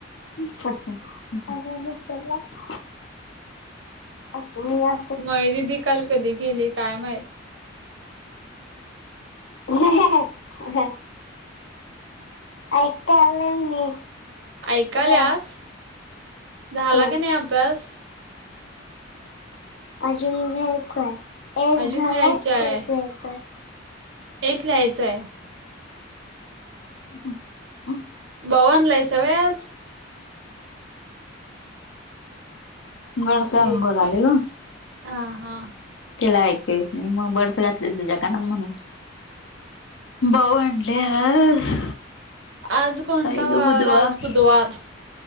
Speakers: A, on the left; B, on the right.
A: प्रश्न वि''--'' आ तुमही आ.
B: होय दीदी काल कधी गेली काय माहीत.
A: ऐ ऐकता आले मी.
B: ऐकालस
A: काय
B: झाला
A: ह
B: का नाही अभ्यास.
A: अजून व्हायचंय. एक
B: अजून
A: झालाय
B: व्हायचाय
A: एक व्यायचंय.
B: एक लिहायचंय.
A: हम्.
B: बाऊ आणलायसा होय आज.
A: बड संग
B: घे
A: बोलालय हो.
B: हा हा
A: तला ऐक येत नाही मग बर्डस घातले तुझ्या कार म्हणून. बाऊ आणले आज.
B: आज कोणता
A: आई
B: वार
A: ग बुधवार
B: आज बुधवार.